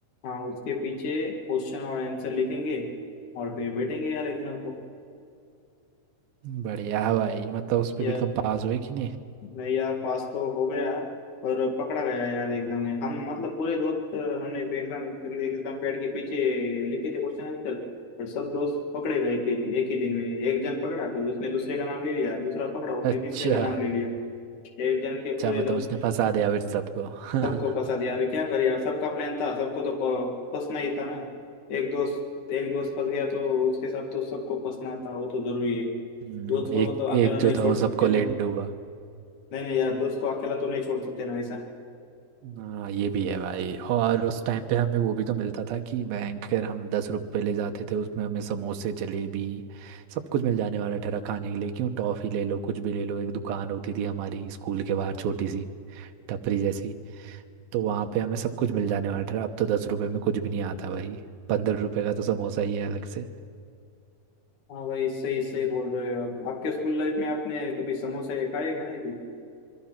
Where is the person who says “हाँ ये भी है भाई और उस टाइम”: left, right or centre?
Right